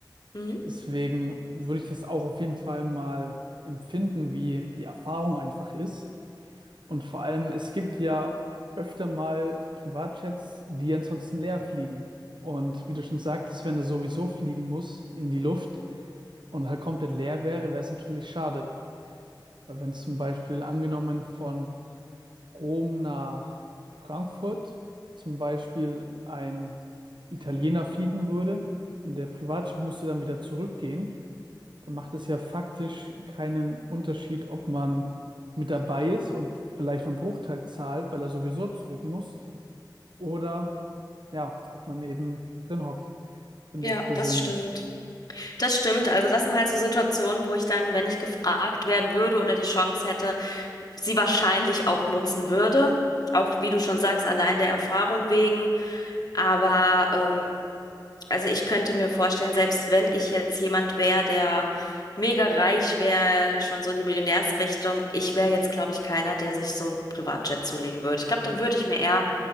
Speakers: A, on the left; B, on the right.
A: Mhm.
B: Deswegen würde ich das auch auf jeden Fall mal empfinden, wie die Erfahrung einfach ist. Und vor allem, es gibt ja öfter mal Privatjets, die ansonsten leer fliegen. Und wie du schon sagtest, wenn er sowieso fliegen muss in die Luft und halt komplett leer wäre, wäre es natürlich schade. Weil wenn es zum Beispiel angenommen von Rom nach Frankfurt zum Beispiel ein Italiener fliegen würde und der Privatjet müsste dann wieder zurückgehen, dann macht es ja faktisch keinen Unterschied, ob man mit dabei ist und vielleicht einen Bruchteil zahlt, weil er sowieso zurück muss, oder ja, ob man eben drin hockt, finde
A: Ja,
B: ich persönlich.
A: das stimmt.
B: <laughs>
A: Das stimmt. Also das sind halt so Situationen, wo ich dann, wenn ich gefragt werden würde oder die Chance hätte, sie wahrscheinlich auch nutzen würde. Auch wie du schon sagst, allein der Erfahrung wegen. Aber ähm, Also ich könnte mir vorstellen, selbst wenn ich jetzt jemand wäre, der mega reich wäre, schon so in die Millionärsrichtung, ich wäre jetzt, glaube ich, keiner, der sich so ein Privatjet zulegen würde. Ich glaube, dann würde ich mir eher